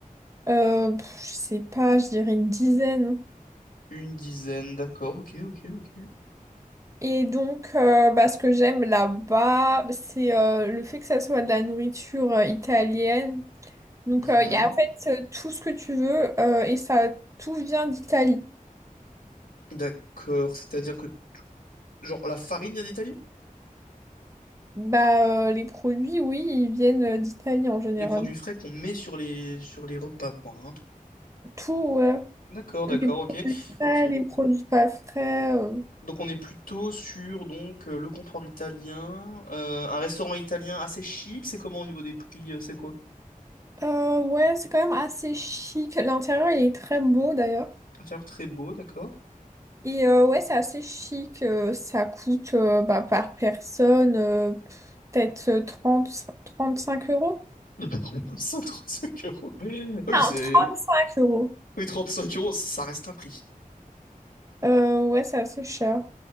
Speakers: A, on the right; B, on the left.
A: Euh, pff, je sais pas, je dirais une dizaine.
B: Une dizaine, d'accord, ok, ok, ok.
A: Et donc, euh, bah, ce que j'aime là-bas, bah, c'est euh, le fait que ça soit de la nourriture euh, italienne. Donc,
B: Mhm.
A: euh, il y a en fait euh, tout ce que tu veux euh, et ça, tout vient d'Italie.
B: D'accord, c'est-à-dire que, genre, la farine vient d'Italie?
A: Bah, euh, les produits, oui, ils viennent euh, d'Italie en général.
B: Les produits frais qu'on met sur les, sur les repas, quoi. hein.
A: Tout, ouais.
B: D'accord, d'accord,
A: Les produits
B: ok,
A: frais,
B: ok.
A: les produits pas frais. euh,
B: Donc on est plutôt sur donc euh, le comptoir italien, euh, un restaurant italien assez chic. C'est comment au niveau des prix? euh, c'est quoi?
A: Euh, ouais, c'est quand même assez chic. L'intérieur, il est très beau d'ailleurs.
B: Intérieur très beau, d'accord.
A: Et euh, ouais, c'est assez chic. Euh, ça coûte euh, bah, par personne euh, peut-être trente trente cinq euros.
B: <laughs> 135 euros. Oui,
A: Ah,
B: c'est.
A: 35 euros.
B: Oui, 35 euros, ça reste un prix.
A: Euh, ouais, c'est assez cher.